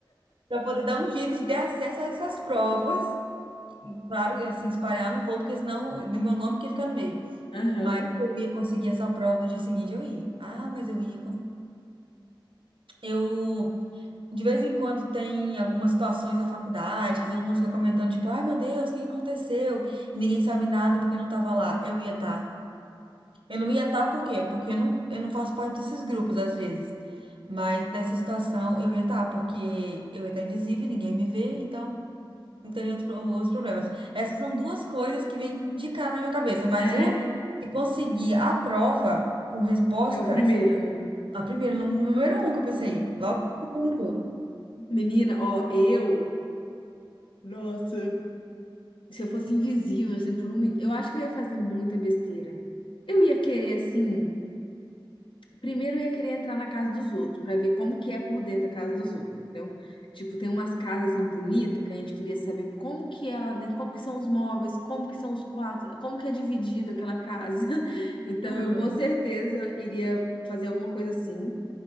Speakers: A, on the right; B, on the left.
A: para poder dar um jeito de ter acesso a essas provas. E, claro, que, assim, espalhar eu não vou, porque senão no meu nome que fica no meio.
B: aham.
A: Mas eu ia conseguir essa prova no dia seguinte, eu ia. Ah, mas eu ia. conseguir. Eu, de vez em quando, tem algumas situações da faculdade que todo mundo fica comentando, tipo, ai meu Deus, o que que aconteceu? E ninguém sabe nada porque não tava lá. Eu ia estar. Eu não ia estar por quê? Porque eu não, eu não faço parte desses grupos, às vezes. Mas nessa situação, eu ia estar, porque eu ia estar invisível, ninguém me vê, então não teria outros, pro- outros problemas. Essas são duas coisas que vêm de cara na minha cabeça, mas
B: É,
A: o de conseguir a prova com resposta
B: é o primeiro,
A: seria
B: né?
A: a primeira, no- número um que eu pensei, logo o segundo.
B: Menina, ó, eu. Nossa. Se eu fosse invisível, assim, por um minuto. Eu acho que eu ia fazer muita besteira. Eu ia querer, assim. Primeiro, eu ia querer entrar na casa dos outros, pra ver como que é por dentro a casa dos outros, entendeu? Tipo, tem umas casas, assim, bonitas, que a gente queria saber como que é lá dentro, como que são os móveis, como que são os quartos, como que é dividido aquela casa. <laughs> Então,
A: Ah,
B: eu com certeza iria fazer alguma coisa assim.